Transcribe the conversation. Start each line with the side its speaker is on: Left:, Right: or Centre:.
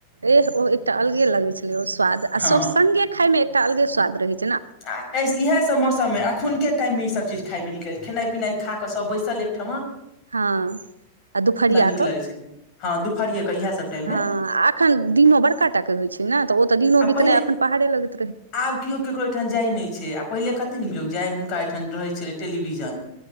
Right: एह ओ एकटा अलगे लगै छलै ओ स्वाद आ
Left: हँ
Right: सब संगगे खायमे एकटा अलगे स्वाद रहै छल
Left: आ इहे सब मौसम मे एखुन के टाइम मे ई सब चीज खाय मे निक लगे खेनाइ पिनाइ खाकऽ सब बैसल एक ठमा
Right: हँ आ दुपहरिया
Left: नीक
Right: क
Left: लगै छलै हँ दुपहरिये के इएह सब टाइम
Right: हँ
Left: मे
Right: एखन दिनो बड़का टाके होइ छै ने तऽ ओ तऽ दिनो
Left: आ
Right: बितनाइ
Left: पहिले
Right: एखन पहाड़े लगेत
Left: आब केओ केकरो एहिठाम जाय नहि छै आ पहिले कतेक नीक लोक जाय हुनका एहिठाम रहैय छलै टेलीविजन